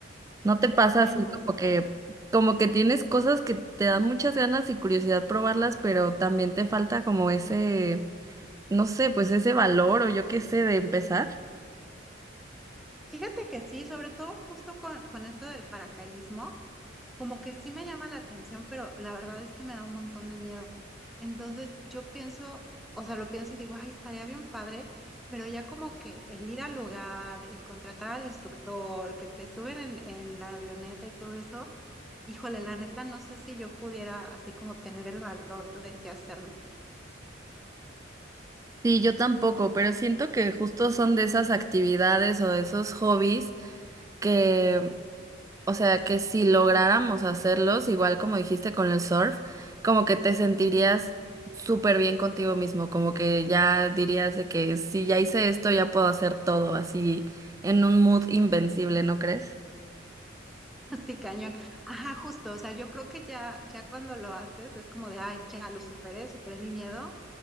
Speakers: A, on the right; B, in the centre.
A: ¿No te pasa
B: Ay,
A: así
B: no.
A: como que, como que tienes cosas que te dan muchas ganas y curiosidad probarlas, pero también te falta como ese, no sé, pues ese valor o yo qué sé de empezar?
B: Fíjate que sí, sobre todo justo con, con esto del paracaidismo, como que sí me llama la atención, pero la verdad es que me da un montón de miedo. Entonces yo pienso, o sea, lo pienso y digo, ay, estaría bien padre, pero ya como que el ir al lugar, el contratar al instructor, que te suben en, en la avioneta y todo eso, híjole, la neta, no sé si yo pudiera así como tener el valor de sí hacerlo.
A: Sí, yo tampoco, pero siento que justo son de esas actividades o de esos hobbies que, o sea, que si lográramos hacerlos, igual como dijiste con el surf, como que te sentirías súper bien contigo mismo, como que ya dirías de que si ya hice esto, ya puedo hacer todo, así en un mood invencible, ¿no crees?
B: Sí, cañón. Ajá, justo, o sea, yo creo que ya, ya cuando lo haces es como de, ay, ya lo superé, superé mi miedo